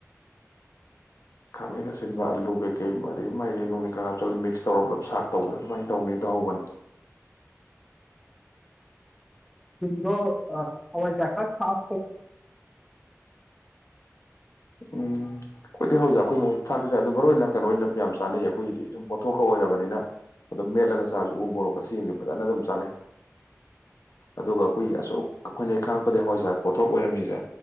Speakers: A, on the left; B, in the centre.
A: ꯈꯥꯃꯩꯅ ꯑꯁꯤꯟꯕ ꯑꯂꯨ ꯀꯩꯀꯩ ꯑꯗꯒꯤ ꯃꯥꯏꯗꯤꯦ ꯅꯨꯡꯅꯤꯩ ꯀꯥ ꯍꯥꯞꯆꯤꯜꯂꯒ ꯃꯤꯛꯁ ꯇꯧꯔꯒ ꯄꯨꯂꯞ ꯁꯥꯛ ꯇꯧꯕꯗ ꯑꯗꯨꯃꯥꯏꯅ ꯇꯧꯅꯤ ꯇꯧꯍꯧꯕꯅꯤ
B: ꯁꯗꯣ ꯍꯋꯥꯏꯖ ꯁꯥ ꯐ
A: ꯎꯝ ꯑꯩꯈꯣꯏꯗꯤ ꯍꯧꯖꯤꯁ ꯑꯩꯈꯣꯏ ꯃꯈꯣꯏꯗꯤ ꯊꯥꯛꯇꯤ ꯊꯥꯛ ꯑꯗꯨ ꯃꯔꯨꯑꯣ ꯑꯣꯏꯅ ꯀꯩꯅꯣ ꯑꯣꯏꯅ ꯌꯥꯝ ꯆꯥꯅꯩꯌꯦ ꯑꯩꯈꯣꯏꯒꯤꯗꯤ ꯁꯨꯝ ꯄꯣꯠꯊꯣꯛꯀ ꯑꯣꯏꯔꯕꯅꯤꯅ ꯑꯗꯨꯝ ꯃꯦꯠꯂꯒ ꯆꯥꯕꯁꯤ ꯎ ꯄꯕꯣꯔꯣꯛꯀ ꯁꯤꯗꯤ ꯐꯖꯅ ꯑꯗꯨꯝ ꯆꯥꯅꯩ ꯑꯗꯨꯒ ꯑꯩꯈꯣꯏꯒꯤ ꯑꯁꯨꯛ ꯑꯩꯈꯣꯏꯅ ꯈꯥꯡꯉꯄꯗꯤ ꯍꯣꯏꯁ ꯄꯣꯠꯊꯣꯛ ꯑꯣꯏꯔꯝꯃꯤꯁꯦ